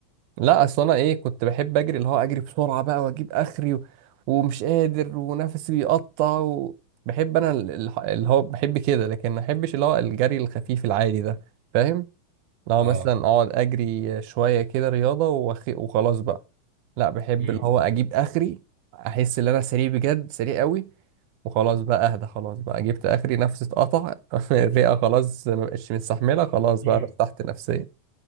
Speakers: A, on the right (about 80°); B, on the right (about 40°).
A: لا اصل انا ايه كنت بحب اجري اللي هو اجري بسرعه بقى واجيب اخري و... ومش قادر ونفسي بيقطع و... بحب انا ال- ال- اللي هو بحب كده لكن ما بحبش اللي هو الجري الخفيف العادي ده فاهم لو
B: اه
A: مثلا اقعد اجري شويه كده رياضه وأخ... وخلاص بقى لا بحب
B: امم
A: اللي هو اجيب اخري احس ان انا سريع بجد سريع قوي وخلاص بقى اهدى خلاص بقى جبت اخري نفسي اتقطع <laughs> الرئه خلاص ما بقتش مستحمله خلاص
B: امم
A: بقى ارتحت نفسيا